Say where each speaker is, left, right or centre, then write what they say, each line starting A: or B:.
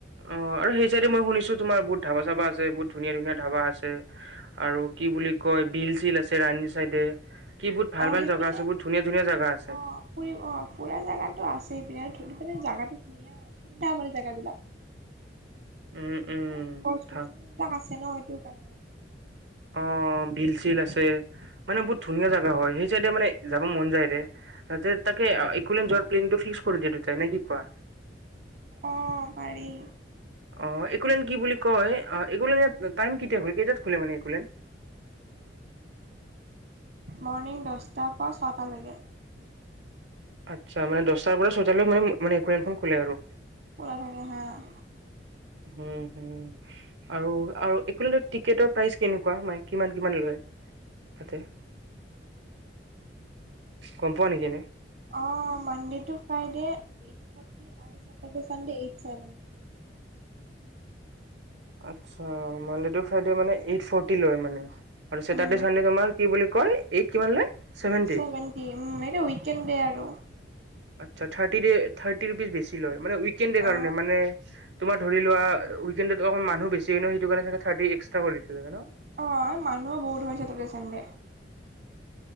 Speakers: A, on the right; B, on the right.
A: অ আৰু সেই চাইড মই শুনিছো। তোৰ বহু ধাবা চাবাছে। আছে বহুত ধুনীয়া ধুনীয়া ধাবা আছে আৰু কি বুলি কয় বিল চিল আছে ৰানি চাইডে। কি বহুত ভাল
B: অ
A: ভাল
B: সেইপিনে
A: জেগা আছে
B: অ
A: বহুত ধুনীয়া ধুনীয়া জেগা আছে
B: ফুৰি অ ফুৰা জোগাতো আছে সেইপিনে। দি পাননে জেগাটো ধুনীয়া ঠাণ্ডা মান জেগাবিলাক।
A: উম উম
B: বহুত গছ
A: থা
B: গছনিবিলাক আছে ন সেইটো কাৰণে।
A: অ বিল চিল আছে। মানে বহুত ধুনীয়া জেগা হয় সেই চাইডে মানে যাব মন যায়ৰে। তাকে এক যোৱাৰ প্লেটো ফিক্স কৰি দ চাই ন কি কোৱা।
B: অ পাৰি।
A: অ একোলেন কি বুলি কয় এই টাইম কেতিয়া খলে কেইটাত খোলে মানে একুলেন।
B: মৰ্ণিং দছটাৰ পৰা ছটালৈকে
A: আচ্ছা মানে দছটাৰ পৰা ছটালে মানে মানে একনখন খোলে আৰু
B: পলা ভাগে হ <unintelligible>
A: হোম উম আৰু আৰু ইফালে যোৱা টিকটৰ প্ৰাইচ কেনেকুৱা মানে কিমান কিমান লয় তাতে গম পোৱা নেকি এনেই।
B: অ মানডেটো ফ্ৰাইদে এইট ফটি আৰু চটাৰডে চানডে এই চেভেনটি
A: আচ্ছা মনডে টু ফ্ৰাইদে‌ মানে এইট ফটি লৈ মানে আৰু চেটাৰডে
B: উম,
A: চানডে তোমাৰ কি বুলি কয় এইক কিমান লয়? ছেভেণ্টি।
B: চেভেনটি উম এইটো উকেণ্ডে আৰু
A: আচছা থাৰ্টিডে থাৰ্টি ৰুপিছ বেছি লয় মানে উইকেন ডে
B: অ'।
A: কাৰণে মানে তোমাৰ ধৰি লোৱা উইকেন ডেত অকণমান মানুহ বেছি হয় ন সেইটো কাৰণে চাগে থাৰ্টি এক্সটাৰা কৰি দিলে ন
B: অ মানুহ বহুত হৈছে তাতে চানডে।